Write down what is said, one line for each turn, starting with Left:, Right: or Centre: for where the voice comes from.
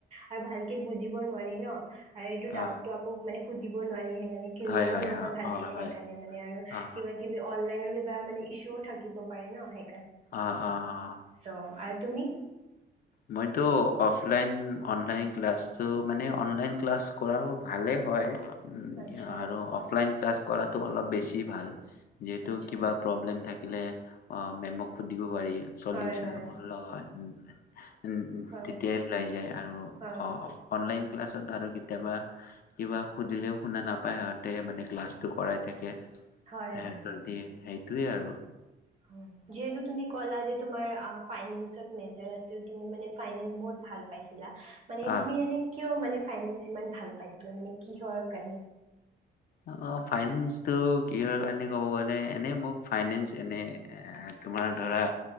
Right: আৰু ভালকে বুজ নোৱাৰি ন সটো ডাউটো
Left: অ,
Right: আকৌে সুধিব নোৱাৰিহে ক্লিয়াৰো
Left: হয় হয়
Right: নহয়
Left: অ',
Right: ভালকে
Left: অ, হয়।
Right: সেইকাৰণে মানে আৰু
Left: অ',
Right: কিবা কিবি অনলাইনৰ কিব বা মানে ইছ্যুও থাকিব পাৰে ন সে
Left: অঁ অঁ অঁ
Right: ত আৰু তুমি
Left: মইতো অফলাইন, অনলাইন ক্লাছটো মানে অনলাইন ক্লাছ কৰাও ভালে হয় উম
Right: আচ্ছা
Left: কি আৰু অফলাইন ক্লাছ কৰাটো অলপ বেছি ভাল যিহেতু
Right: আচ্ছা
Left: কিবা প্ৰব্লেম থাকে থাকিলে অঁ মেমক সুদিবও কৰি চলউচন
Right: হয় হয়
Left: অল <unintelligible> উম উম
Right: হয়
Left: তেতিয়াই ওলাই যায় আৰু
Right: হয়
Left: অ অনলাইন ক্লাছত আৰু কেতিয়াবা, কিবা সুধিলেও শুনা নাপায় সিহঁতে মানে ক্লাছটো কৰাই থাকে
Right: হয়
Left: হেহঁতৰ
Right: হয়
Left: দিয়ে সেই সেইটোৱে আৰু
Right: হয়, যিহেতু তুমি কলা যে তোমাৰ আপ ফাইনিংচত মেজৰ আছিল তুমি মানে ফাইনিংচ বহুত ভাল পাইছ <unintelligible> মানে
Left: আহ
Right: তুমি এনে কিয় মানে ফাইনেন্স ইমান ভাল পাইছিলা মানে কিহৰ কাৰণে
Left: অ অ ফাইনেন্সটো কিহৰ কাৰণে ক'ব গ'লে এনে মোক ফাইনেন্স এনে এ এ তোমাৰ ধৰা,